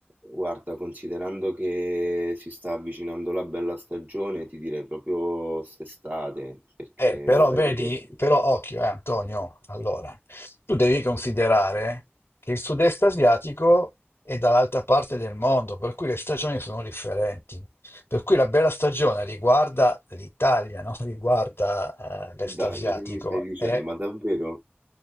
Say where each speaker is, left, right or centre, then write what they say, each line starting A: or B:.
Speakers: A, on the right; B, on the left.
A: Guarda, considerando che si sta avvicinando la bella stagione, ti direi proprio quest'estate, perché
B: Eh, però
A: vorrei
B: vedi,
A: vederli.
B: però occhio, eh, Antonio, allora, tu devi considerare che il sud-est asiatico è dall'altra parte del mondo, per cui le stagioni sono differenti. Per cui la bella stagione riguarda l'Italia, non <laughs> riguarda, eh, l'est
A: Ma Dai,
B: asiatico.
A: ma che mi stai dicendo?
B: E,
A: Ma davvero?